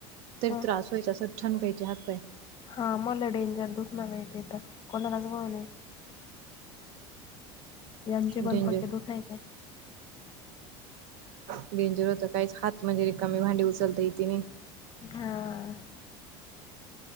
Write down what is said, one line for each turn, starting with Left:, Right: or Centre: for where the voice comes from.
Right: तरी
Left: हा
Right: त्रास व्हायचा असर छण पयचे हातपाय
Left: हा मला डेंजर दुख ना माहिती तर कोणालाच भाऊ नाही यांचे पण
Right: डेंजर
Left: पक्के दुखायचे
Right: डेंजर होत काहीच हात म्हणजे र कमी भांडी उचलत इथे नाही
Left: हा